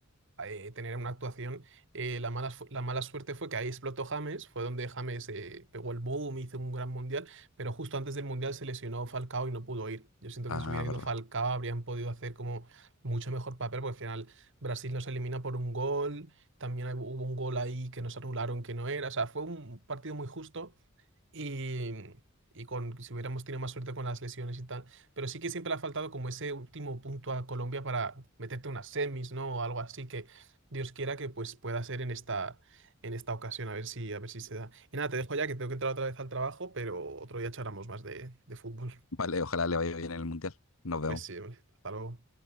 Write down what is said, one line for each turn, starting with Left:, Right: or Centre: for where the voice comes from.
Right: eh, tener una actuación. Eh, la mala, fu- la mala suerte fue que ahí explotó James, fue donde James eh, pegó el boom, hizo un gran mundial, pero justo antes del mundial se lesionó Falcao y no pudo ir. Yo siento
Left: Ah,
Right: que si hubiera
Left: verdad.
Right: ido Falcao habrían podido hacer como mucho mejor papel, porque al final Brasil nos elimina por un gol, también hubo hubo un gol ahí que nos anularon que no era, o sea, fue un partido muy justo y, y con, si hubiéramos tenido más suerte con las lesiones y tal. Pero sí que siempre le ha faltado como ese último punto a Colombia para meterte unas semis, ¿no? O algo así que Dios quiera que pues pueda ser en esta, en esta ocasión, a ver si, a ver si se da. Y nada, te dejo ya que tengo que entrar otra vez al trabajo, pero otro día charlamos más de, de fútbol.
Left: Vale, ojalá le vaya bien en el mundial. Nos vemos.
Right: Pues sí, hombre, hasta luego.